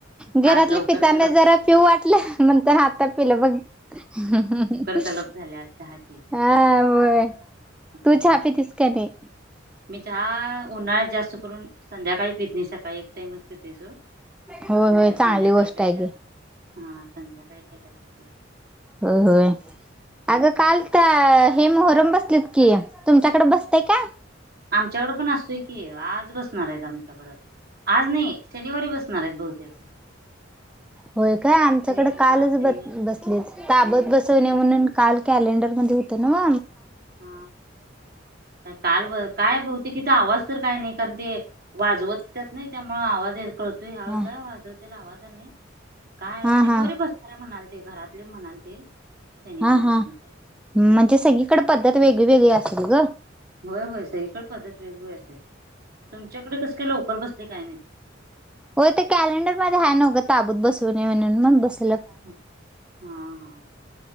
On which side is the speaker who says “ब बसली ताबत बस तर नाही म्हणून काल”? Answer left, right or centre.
Centre